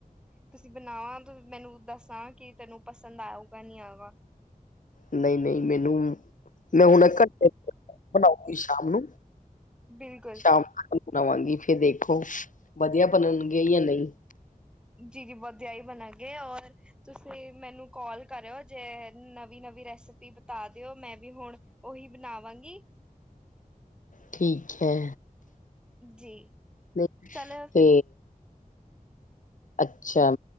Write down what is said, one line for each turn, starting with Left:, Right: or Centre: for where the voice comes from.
Centre: ਤੁਸੀਂ ਬਣਾਵਾਂ ਮੈਨੂੰ ਦੱਸਾਂ ਕਿ ਤੈਨੂੰ ਪਸੰਦ ਆਊਗਾ ਨਹੀਂ ਆਊਗਾ।
Left: ਨਹੀਂ-ਨਹੀਂ ਮੈਨੂੰ ਮੈਂ ਹੁਣ ਘੰਟੇ ਤੱਕ ਬਣਾਉਗੀ ਸ਼ਾਮ ਨੂੰ
Centre: ਬਿਲਕੁਲ
Left: ਸ਼ਾਮ ਨੂੰ ਬਣ ਆਵਾਂਗੀ ਫਿਰ ਦੇਖੋ ਵਧੀਆ ਬਣਨਗੇ ਜਾਂ ਨਹੀਂ।
Centre: ਜੀ-ਜੀ ਵਧੀਆ ਹੀ ਬਣਾ ਗੇ ਔਰ ਤੁਸੀਂ ਮੈਨੂੰ ਕਾਲ ਕਰਿਓ ਜੇ ਨਵੀਂ-ਨਵੀਂ ਰੈਸਪੀ ਬਿਤਾ ਦਿਓ ਮੈਂ ਵੀ ਹੁਣ ਉਹੀ ਬਣਾਵਾਂ ਗੀ।
Left: ਠੀਕ ਹੈ
Centre: ਜੀ
Left: ਨਹੀਂ
Centre: ਚਲੋ
Left: 'ਤੇ
Centre: ਫਿਰ
Left: ਅੱਛਾ,